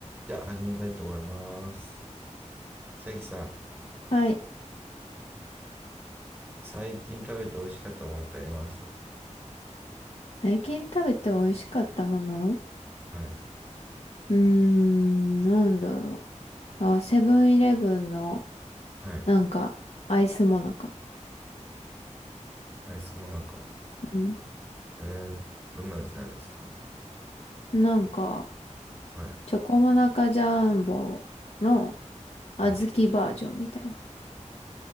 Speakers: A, on the right; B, on the left.
A: じゃあ始めたいと思います。千秋さん、
B: はい。
A: 最近食べて美味しかったものってあります
B: 最近食べて美味しかったもの
A: はい。
B: うーん、なんだろう。あ、セブンイレブンの、
A: はい。
B: なんか、アイスモナカ。
A: アイスもなか。
B: うん。
A: えー、どんな味なんですか
B: なんか、
A: はい。
B: チョコモナカジャンボの小豆バージョンみたいな。
A: はい。